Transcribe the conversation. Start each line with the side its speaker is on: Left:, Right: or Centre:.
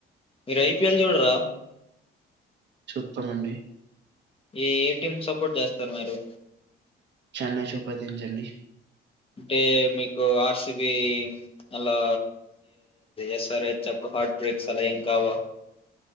Left: మీరు ఐపీఎల్ చూడరా
Right: చూతామండి
Left: ఏ ఏటిఎం సపోర్ట్ చేస్తారు మీరు
Right: చెన్నై చూపకింగ్స్ అండి
Left: అంటే మీకు ఆర్సిబి అలా ఎస్ఆర్ హెచ్ అప్పుడు హార్ట్ బ్రేక్స్ అలా ఏం కావా